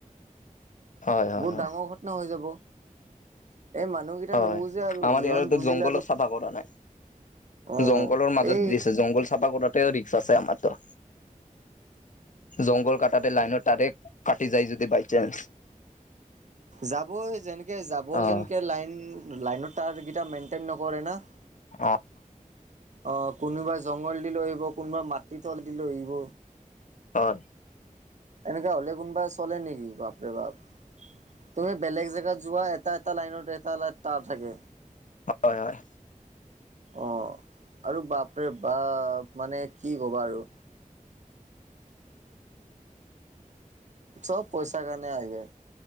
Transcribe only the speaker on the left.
হয় হয়
হয়
হয়।
আমাৰ
ইয়াৰতো
জংঘলো
চাফা কৰা নাই,
জংঘলৰ মাজত
দিছে জংঘল চাফা কৰাতে ৰিক্স আছে আমাৰতো জংঘল কটাতে লাইনৰ টাইাৰেক্ট কাটি যায় যদি বাই চান্স
অ',
অ',
হয়
হয় হয়